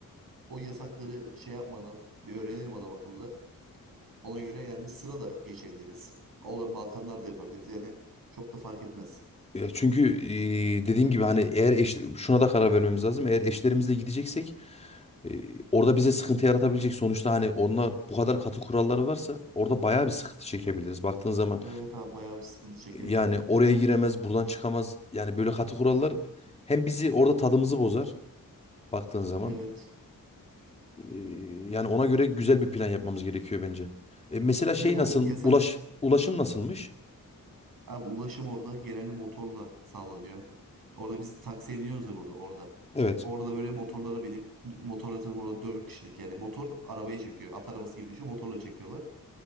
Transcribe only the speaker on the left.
Ya çünkü e, dediğim gibi hani eğer eş, şuna da karar vermemiz lazım. Eğer eşlerimizle gideceksek e, orada bize sıkıntı yaratabilecek sonuçta hani onlar bu kadar katı kuralları varsa orada bayağı bir sıkıntı çekebiliriz baktığın zaman.
Yani
oraya giremez, buradan çıkamaz. Yani böyle katı kurallar hem bizi orada tadımızı bozar baktığın zaman.
Ee, Yani ona göre güzel bir plan yapmamız gerekiyor bence. E, mesela şey
nasıl,
ulaş, ulaşım nasılmış?
Evet.